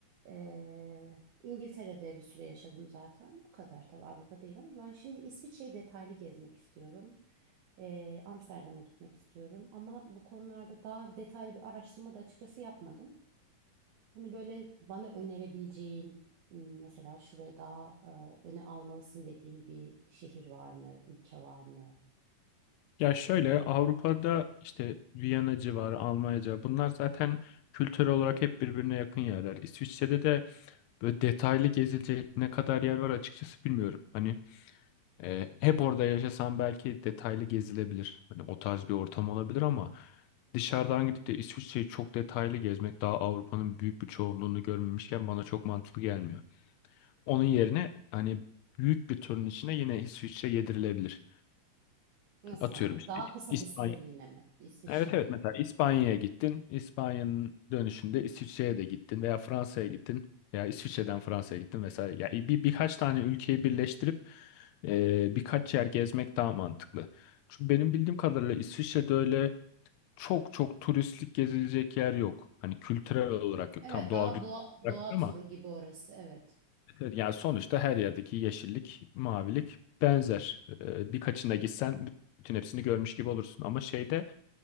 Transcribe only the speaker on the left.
Ya şöyle Avrupa'da işte Viyana civarı, Almanyaca bunlar zaten kültürel olarak hep birbirine yakın yerler. İsviçre'de de böyle detaylı gezilecek ne kadar yer var açıkçası bilmiyorum. Hani e, hep orada yaşasam belki detaylı gezilebilir. Hani o tarz bir ortam olabilir ama dışarıdan gidip de İsviçre'yi çok detaylı gezmek daha Avrupa'nın büyük bir çoğunluğunu görmemişken bana çok mantıklı gelmiyor. Onun yerine hani büyük bir turun içine yine İsviçre yedirilebilir.
Atıyorum
işte
İspanya.
Evet evet mesela İspanya'ya gittin. İspanya'nın dönüşünde İsviçre'ye de gittin veya Fransa'ya gittin veya İsviçre'den Fransa'ya gittin vesaire. Ya e, bir birkaç tane ülkeyi birleştirip e, birkaç yer gezmek daha mantıklı. Çünkü benim bildiğim kadarıyla İsviçre'de öyle çok çok turistlik gezilecek yer yok. Hani kültürel olarak yok.
Tam doğal
güzellik
olarak
var
ama
Evet, Yani sonuçta her yerdeki yeşillik, mavilik benzer. Ee, Birkaçına gitsen bütün hepsini görmüş gibi olursun. Ama şeyde